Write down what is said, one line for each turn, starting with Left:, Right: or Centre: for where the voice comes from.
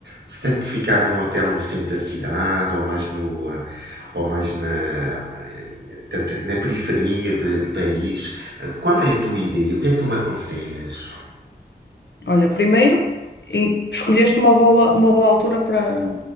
Right: se tenho que ficar num hotel no centro da cidade ou mais no, eh, ou mais na, eh, tanto na periferia de, de Paris. Eh, Qual é a tua ideia? O que é que tu me aconselhas?
Left: Olha, primeiro, e- escolheste uma boa, uma boa altura para,